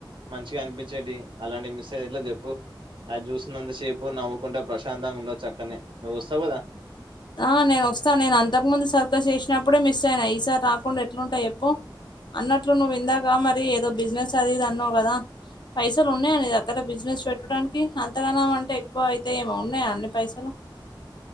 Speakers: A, on the right (about 80°); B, on the left (about 60°).
A: మంచిగా అనిపించేటివి అలాంటి మిస్ అయ్యే ఎట్లా జెప్పు అది జుసున్నంత సేపు నవ్వు కుంట ప్రశాంతంగా ఉండొచ్చు అక్కన్నే నువ్వు వొస్తావు గదా
B: ఆ నేను వొస్తా నేను అంతకు ముందు సర్కస్ చేసినప్పుడే మిస్ అయిన ఈసారి రాకుండా ఎట్లుంట చెప్పు అన్నట్లు నువ్వు ఇందాక మరి ఏదో బిజినెస్ అదిది అన్నవు కదా పైసలు ఉన్నాయా నీ దగ్గర బిజినెస్ పెట్టుటానికి అంతగానం అంటే ఎక్కువ అయితే ఏమో ఉన్నాయా అన్ని పైసలు